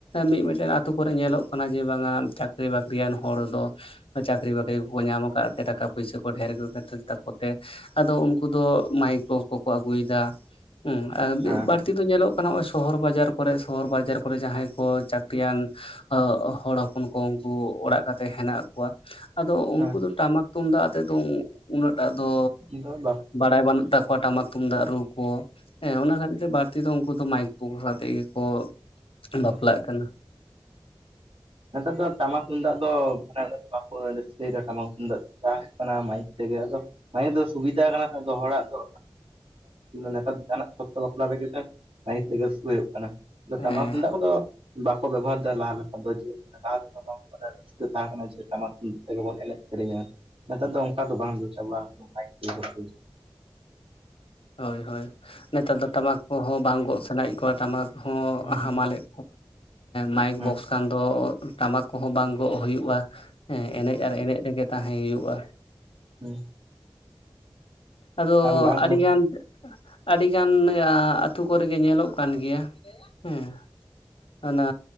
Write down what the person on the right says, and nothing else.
ᱦᱮᱸ
ᱦᱮᱸ
ᱦᱮᱸ ᱟᱫᱚ ᱵᱟᱯ
ᱦᱮᱸ
ᱱᱮᱛᱟᱨ ᱫᱚ ᱴᱟᱢᱟᱠ ᱛᱩᱢᱫᱟᱜ ᱫᱚ ᱢᱟᱱᱮ ᱫᱚ ᱵᱟᱝ ᱨᱟᱹᱥᱠᱟᱸ ᱫᱚ ᱴᱟᱢᱟ ᱛᱩᱢᱫᱟᱹᱜ ᱛᱮᱫᱚ ᱵᱟᱝ ᱦᱳᱭᱳᱜ ᱠᱟᱱᱟ ᱢᱟᱭᱤᱠ ᱛᱮᱜᱮ ᱟᱫᱚ ᱢᱮ ᱫᱚ ᱥᱩᱵᱤᱫᱟ ᱠᱟᱱᱟ ᱛᱚ ᱦᱚᱲᱟᱜ ᱫᱚ ᱱᱮᱛᱟᱨ ᱡᱟᱦᱟᱱᱟᱜ ᱛᱚ ᱵᱟᱯᱞᱟ ᱞᱟᱹᱜᱤᱫ ᱫᱚ ᱥᱟᱹᱦᱤ ᱛᱮᱜᱮ ᱦᱩᱭᱩᱜ ᱠᱟᱱᱟ
ᱴᱟᱢᱟᱠ ᱛᱩᱢᱫᱟᱜ ᱠᱚᱫᱚ ᱵᱟᱠᱚ ᱵᱮᱵᱚᱦᱟᱨ ᱮᱫᱟ ᱞᱟᱦᱟ ᱞᱮᱠᱟ ᱫᱚ ᱞᱟᱦᱟ ᱛᱮᱫᱚ ᱨᱟᱹᱥᱠᱟᱹ ᱛᱟᱦᱮᱸ ᱠᱟᱱᱟ ᱡᱮ ᱴᱟᱢᱟᱠ ᱛᱩᱢᱟᱹᱫ ᱛᱮᱜᱮ ᱵᱚᱱ ᱮᱱᱮᱡ ᱥᱮᱨᱮᱧᱟ ᱱᱮᱛᱟᱨ ᱫᱚ ᱚᱱᱠᱟ ᱫᱚ ᱵᱟᱝ ᱫᱚ ᱪᱟᱵᱟ <unintelligible>
ᱦᱮᱸ
ᱦᱮᱸ
ᱦᱮᱸ
ᱵᱟᱝ
ᱦᱮᱸ